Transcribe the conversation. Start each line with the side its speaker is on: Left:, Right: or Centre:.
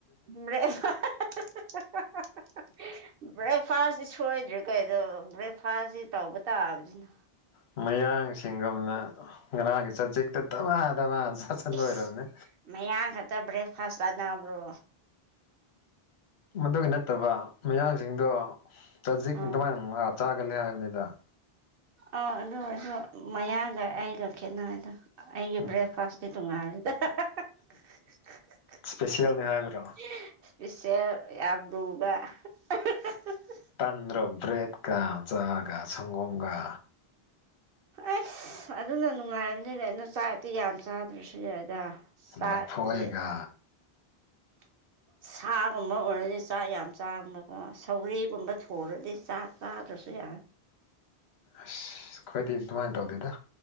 Right: ꯕꯔꯦꯛ <unintelligible> ꯕꯔ‌ꯦꯛꯐꯥꯁ ꯁꯣꯏꯗ꯭ꯔꯦ ꯀꯩꯗꯣ ꯕ꯭ꯔꯦꯛꯐꯥꯁꯁꯤ ꯇꯧꯕ ꯇꯥꯕꯅꯤꯅ
Left: ꯃꯌꯥꯡꯁꯤꯡꯒꯨꯝꯅ ꯉꯔꯥꯡꯒꯤ ꯆꯥꯖꯤꯛꯇ ꯗꯃꯥ ꯗꯃꯥ ꯆꯥꯁꯟꯕ
Right: ꯏꯁ
Left: ꯑꯣꯏꯔꯝꯅꯤ
Right: ꯃꯌꯥꯡ ꯈꯛꯇ ꯕ꯭ꯔꯦꯛꯐꯥꯁ ꯆꯥꯅꯕ꯭ꯔꯣ
Left: ꯃꯗꯨꯒꯤ ꯅꯠꯇꯕ ꯃꯌꯥꯡꯁꯤꯡꯗꯣ ꯆꯖꯤꯛ
Right: ꯎꯝ
Left: ꯗꯨꯃꯥꯏꯅ ꯂꯥꯛ ꯆꯥꯒꯜꯂꯦ ꯍꯥꯏꯕꯅꯤꯗ
Right: ꯑꯥ ꯑꯗꯨ ꯑꯣꯏꯔꯁꯨ ꯃꯌꯥꯡꯒ ꯑꯩꯒ ꯈꯦꯠꯅꯩꯗꯣ ꯑꯩꯒꯤ
Left: ꯎꯝ
Right: ꯕꯔꯦꯛꯐꯥꯥꯁꯗꯤ ꯇꯨꯡꯉꯥꯜꯔ‌ꯦ <unintelligible>
Left: ꯏꯁꯄꯦꯁꯦꯜꯅꯤ ꯍꯥꯏꯕ꯭ꯔꯣ
Right: ꯏꯁꯄꯤꯁ‌ꯦꯜ ꯌꯥꯝ ꯨꯂꯨꯕ <unintelligible>
Left: ꯇꯟꯗ꯭ꯔ ꯕ꯭ꯔꯦꯠꯀ ꯆꯥꯒ ꯁꯪꯒꯣꯝꯒ
Right: ꯑꯁ ꯑꯗꯨꯅ ꯅꯨꯡꯉꯥꯏꯕꯅꯤꯅꯦ ꯑꯗꯨ ꯆꯥꯔꯗꯤ ꯌꯥꯝ ꯆꯥꯗ꯭ꯔꯁꯨ ꯌꯥꯏꯗ ꯁꯥꯠꯂ‌ꯦ
Left: ꯂꯐꯣꯏꯒ
Right: <unintelligible> ꯁꯥꯒꯨꯝꯕ ꯑꯣꯏꯔꯗꯤ ꯆꯥꯛ ꯌꯥꯝ ꯆꯥꯡꯕꯀꯣ ꯁꯧꯒꯔꯤꯒꯨꯝꯕ ꯊꯣꯡꯔꯗꯤ ꯆꯥꯛ ꯆꯥꯗ꯭ꯔꯁꯨ ꯁꯤ ꯌꯥ
Left: ꯑꯁ ꯑꯩꯈꯣꯏꯗꯤ ꯑꯗꯨꯃꯥꯏꯅ ꯇꯧꯗ‌ꯦꯗ